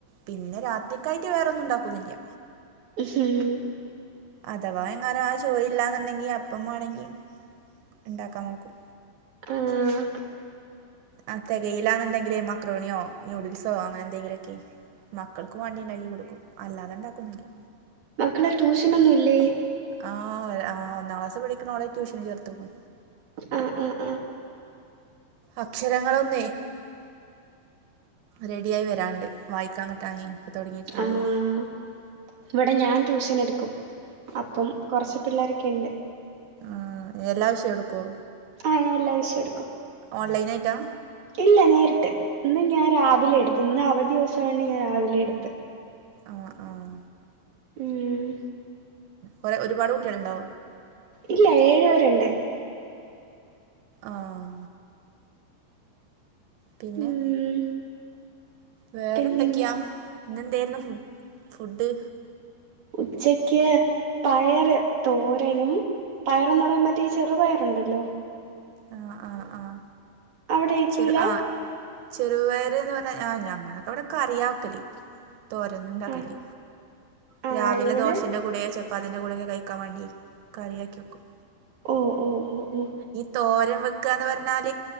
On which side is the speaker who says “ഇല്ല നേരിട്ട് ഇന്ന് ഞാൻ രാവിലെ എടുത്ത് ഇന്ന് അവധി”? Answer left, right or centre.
Right